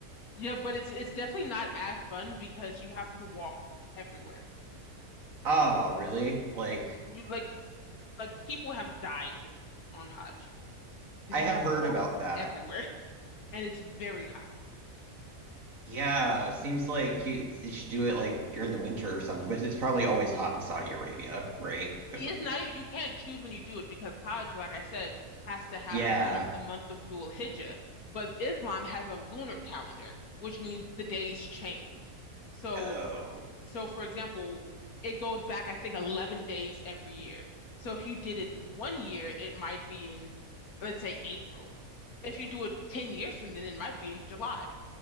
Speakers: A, on the left; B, on the right.
A: Yeah, but it's it's definitely not as fun because you have to walk everywhere.
B: Oh, really? Like
A: You like you- like people have died on Hajj because
B: I
A: you
B: have
A: have
B: heard
A: to walk
B: about that.
A: everywhere and it's very hot.
B: Yeah, seems like you they should do it like during the winter or something, but it's probably always hot in Saudi Arabia, right? Because
A: It's
B: it's
A: not even, you can't choose when you do it because Hajj, like I said, has to happen
B: yeah.
A: during the month of Dhul Hijjah, but Islam has a lunar calendar, which means the days change. So
B: Oh.
A: So, for example, it goes back, I think, 11 days every year. So, if you did it one year, it might be in, let's say, April. If you do it 10 years from then, it might be in July.